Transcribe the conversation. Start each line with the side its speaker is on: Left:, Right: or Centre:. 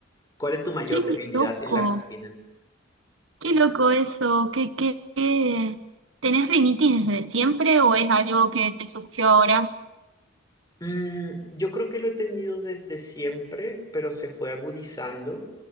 Left: ¿Cuál es tu mayor
Right: Qué
Left: debilidad
Right: loco,
Left: en la cocina?
Right: qué loco eso. ¿Qué, qué, qué- ¿Tenés rinitis desde siempre o es algo que te surgió ahora
Left: Mm, yo creo que lo he tenido desde siempre, pero se fue agudizando.